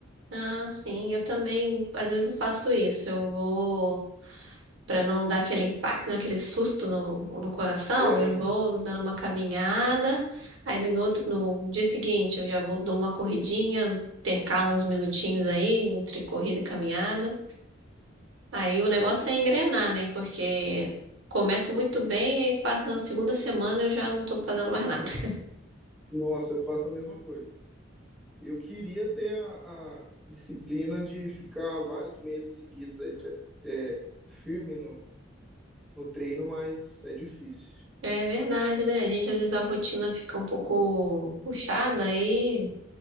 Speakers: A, on the right (about 75°); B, in the centre.
A: Ah, sim, eu também, às vezes eu faço isso. Eu vou, para não dar aquele impacto, né, aquele susto no, no coração,
B: É,
A: eu vou dando uma caminhada. Aí no outro, no dia seguinte, eu já vou dou uma corridinha, intercalo uns minutinhos aí entre corrida e caminhada. Aí o negócio é engrenar, né? Porque começa muito bem, aí passa na segunda semana eu já não tô fazendo mais nada. <laughs>
B: nossa, eu faço a mesma coisa. Eu queria ter a, a disciplina de ficar vários meses seguidos aí, tre- é, firme no, no treino, mas é difícil.
A: É verdade, né? A gente às vezes a rotina fica um pouco puxada aí